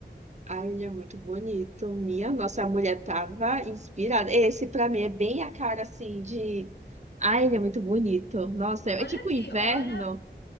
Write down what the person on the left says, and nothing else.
Olha
aqui,
olha,